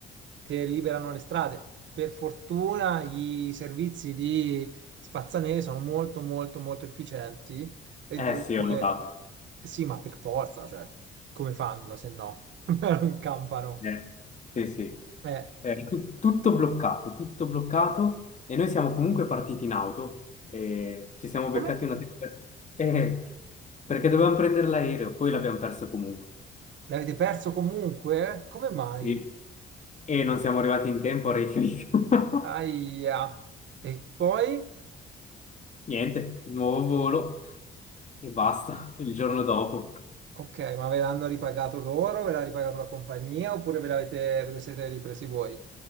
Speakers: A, on the right; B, on the left.
A: che liberano le strade. Per fortuna i servizi di spazzaneve sono molto molto molto efficienti e
B: Eh
A: dunque
B: sì, ho notato.
A: sì, ma per forza, cioè, come fanno se no? <laughs> Non campano.
B: Eh, sì, sì.
A: Eh,
B: Eh, tu- tutto bloccato, tutto bloccato e noi siamo comunque partiti in auto e ci siamo
A: e
B: beccati
A: come
B: una tempesta. Eh, perché dovevamo prendere l'aereo, poi l'abbiamo perso comunque.
A: L'avete perso comunque? Come mai?
B: Sì. E non siamo arrivati in tempo a Reykjavik.
A: Aia.
B: <laughs>
A: E poi?
B: Niente, nuovo volo e basta. Il giorno dopo
A: Ok, ma ve l'hanno ripagato loro? Ve l'ha ripagato la compagnia? Oppure ve l'avete, ve lo siete ripresi voi?